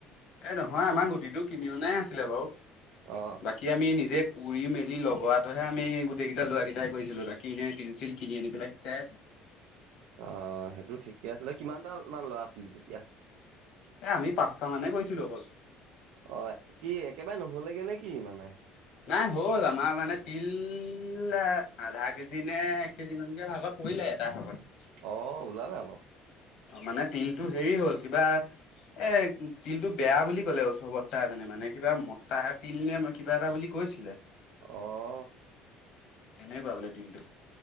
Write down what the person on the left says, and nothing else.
এ নহয় আমাৰ গুটিটো কিনি অ', নাই আছিলে বাৰু
বাকী আমি নিজে কৰি মেলি লগোৱাটোহে আমি গোটেইকেইটা ল'ৰা কেইটাই কৰিছিলোঁ বাকী এনেই টিন চিন কিনি আনি পেলাই চে
এ আমি পাঁচটা মানে কৈছিলো অকল
নাই হ'ল আমাৰ মানে তিল আধা কেজি নে এক কেজি মানকে ভাগত কৰিলে এটাৰ ভাগত।
অ', মানে তিলতটো হেৰি হ'ল কিবা এ তিলতটো বেয়া বুলি ক'লে ওচ বতাহ এজনে মানে কিবা মতা তিল নে কিবা এটা বুলি কৈছিলে।
কেনেকুৱা বোলে দিনটো?